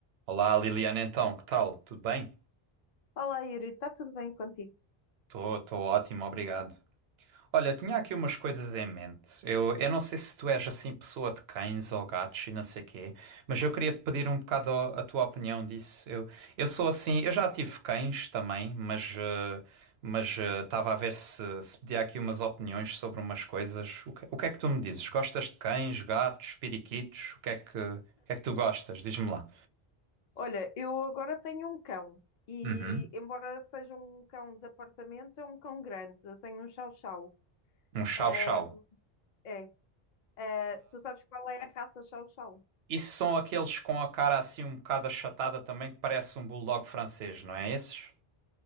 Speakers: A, on the right; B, on the left.
A: Olá Liliana, então, que tal? Tudo bem?
B: Olá, Yuri, está tudo bem contigo?
A: Estou ótimo, obrigado. Olha, tinha aqui umas coisas em mente. Eu, eu não sei se tu és assim pessoa de cães ou gatos e não sei quê, mas eu queria te pedir um bocado a, a tua opinião disso. Eu, eu sou assim, eu já tive cães também, mas eh, mas eh, estava a ver se, se pedia aqui umas opiniões sobre umas coisas. O que, o que é que tu me dizes? Gostas de cães, gatos, periquitos? O que é que, o que é que tu gostas? Diz-me lá.
B: Olha, eu agora tenho um cão e,
A: Uhum.
B: embora seja um cão de apartamento, é um cão grande. Eu tenho um Chow Chow.
A: Um chau-chau.
B: Ah, é. Ah, tu sabes qual é a raça Chow Chow?
A: Isso são aqueles com a cara assim um bocado achatada também, que parece um bulldog francês, não é esses?